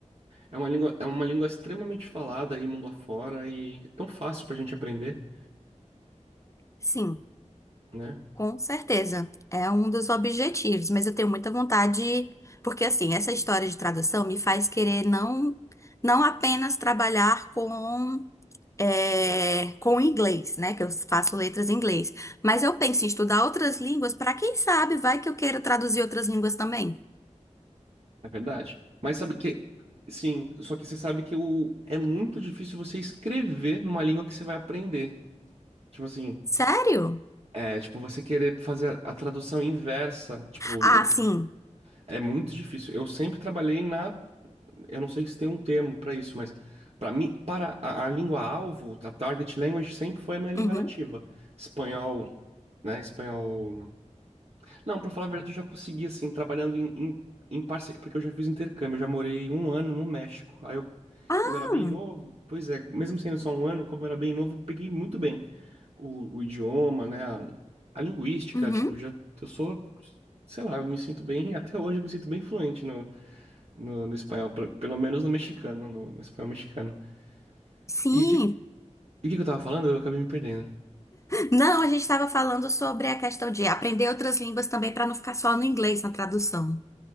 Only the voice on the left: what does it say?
Sim.
Com certeza, é um dos objetivos, mas eu tenho muita vontade, porque assim, essa história de tradução me faz querer não, não apenas trabalhar com é, com inglês, né? Que eu faço letras em inglês, mas eu penso em estudar outras línguas para quem sabe, vai que eu queira traduzir outras línguas também.
Sério?
Ah,
sim.
Uhum.
Ah,
uhum.
Sim.
Não, a gente estava falando sobre a questão de aprender outras línguas também para não ficar só no inglês na tradução.